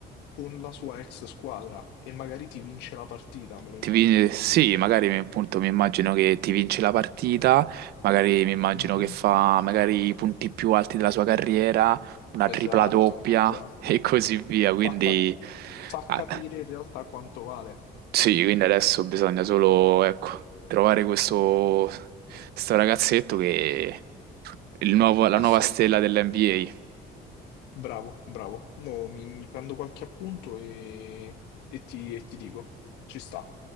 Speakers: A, on the left; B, on the right.
A: con la sua ex squadra e magari ti vince la partita, me lo
B: ti
A: immagino.
B: vin- sì, magari appunto mi immagino che ti vince la partita, magari mi immagino
A: Mhm,
B: che fa magari i punti più alti della sua carriera, una
A: Esatto,
B: tripla doppia
A: esatto.
B: <laughs> e così via, quindi...
A: Fa capi- fa
B: Ah,
A: capire in realtà quanto vale.
B: Sì, quindi adesso bisogna solo, ecco, trovare questo, sto ragazzetto che è il nuovo- la
A: Eh
B: nuova
A: sì.
B: stella dell'NBA.
A: Bravo, bravo. Mo mi, mi prendo qualche appunto e, e ti, e ti dico. Ci sta.